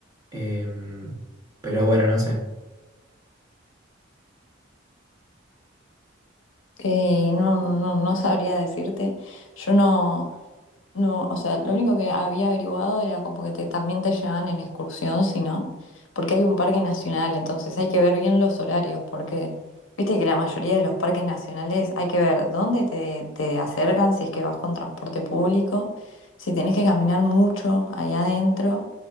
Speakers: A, on the right (about 20°); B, on the left (about 90°).
A: Eh, pero bueno, no sé.
B: Eh, no, no, no sabría decirte. Yo no. No, o sea, lo único que había averiguado era como que te- también te llevan en excursión, si no, porque hay un parque nacional, entonces hay que ver bien los horarios, porque viste que la mayoría de los parques nacionales hay que ver dónde te, te acercan, si es que vas con transporte público, si tenés que caminar mucho allá adentro,